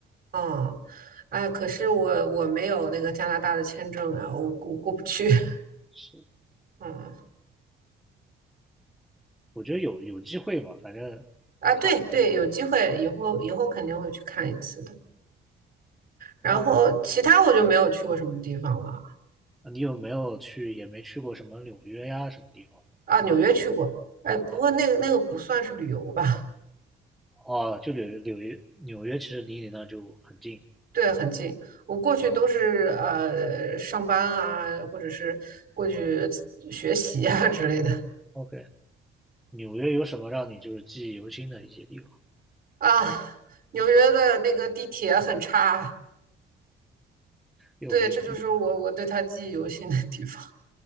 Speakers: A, on the right; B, in the centre.
A: 嗯，哎，可是我我没有那个加拿大的签证啊，我我过不去。<laughs>
B: 是，
A: 嗯，
B: 我觉得有有机会嘛，反正
A: 啊，对对，
B: 他
A: 有机会以后以后肯定会去看一次的。然后其他我就没有去过什么地方了
B: 他你有没有去也没去过什么纽约呀什么地方吗？
A: 啊，纽约去过，哎，不过那个那个不算是旅游吧？
B: 哦
A: <laughs>
B: 哦，就纽约纽约纽约其实离你那就很近。
A: 对，很近。我过去都是呃上班啊，
B: 啊。
A: 或者是过去学习啊之类的
B: o k 纽约有什么让你就是记忆犹新的一些地方？
A: 啊。纽约的那个地铁很差，
B: 因为我没去
A: 对，这就是我我对它记忆犹新的地方。